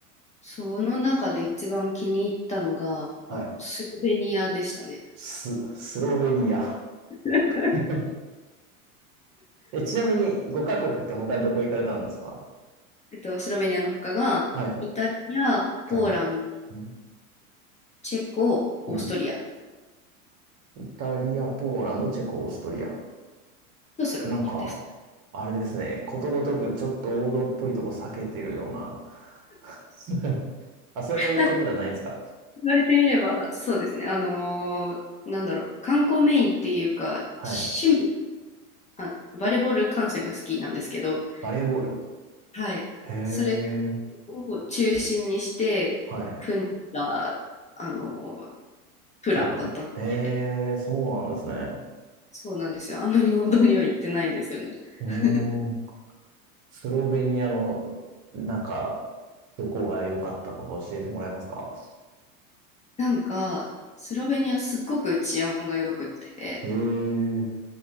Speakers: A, on the left; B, on the right.
A: その中で一番気に入ったのが、
B: はい。
A: あの、スロベニアでしたね。
B: ス、スロベニア。
A: <laughs>
B: <laughs> え、ちなみに5カ国って他どこ行かれたんですか
A: えっと、スロベニアの他が、
B: はい。
A: イタリア、
B: イタリア。
A: ポーランド、
B: うん
A: チェコ、
B: うん。
A: オーストリア
B: イタリア、ポーランド、チェコ、オーストリア。
A: とスロベニアです。
B: なんか、あれですね。ことごとくちょっと王道っぽいとこ避けてるような。<laughs> あ、そういうことじゃないですか。
A: <laughs> ただ言われてみれば、そうですね。あのーなんだろう、観光メインっていうか、
B: はい。
A: 趣味、あ、バレーボール観戦が好きなんですけど、
B: バレーボール。
A: はい。
B: へえ。
A: それを中心にして組んだ、
B: はい。
A: あの、プランだったので、
B: プラン。へえ、そうなんですね。
A: そうなんですよ。あんまり運動には行ってないんですよね。
B: うーん。
A: <laughs>
B: スロベニアの、なんか、どこが良かったとか教えてもらえますか
A: なんか、スロベニアすっごく治安が良くて、
B: へえ。